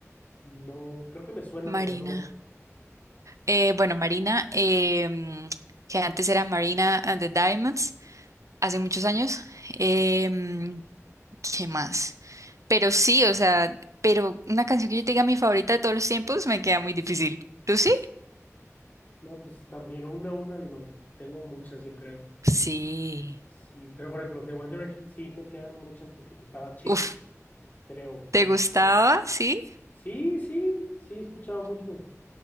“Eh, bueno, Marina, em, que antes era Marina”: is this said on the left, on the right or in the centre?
Right